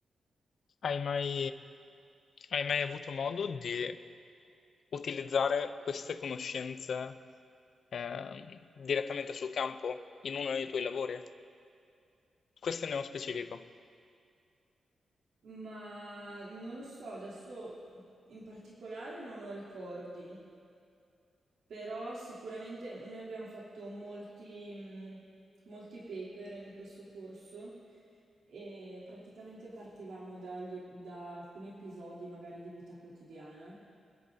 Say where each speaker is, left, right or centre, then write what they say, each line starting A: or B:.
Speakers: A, on the left; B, on the right.
A: Hai mai, hai mai avuto modo di utilizzare queste conoscenze ehm, direttamente sul campo in uno dei tuoi lavori? Questo è nello specifico.
B: Ma non lo so, adesso in particolare non ho ricordi, però sicuramente noi abbiamo fatto molti, mh, molti paper in questo corso e praticamente partivamo dagli- da alcuni episodi magari di vita quotidiana